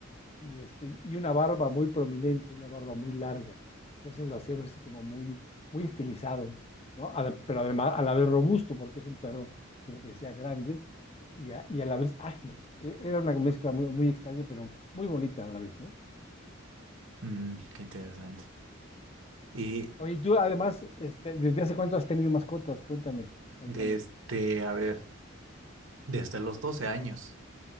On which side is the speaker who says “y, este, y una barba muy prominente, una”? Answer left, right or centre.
Left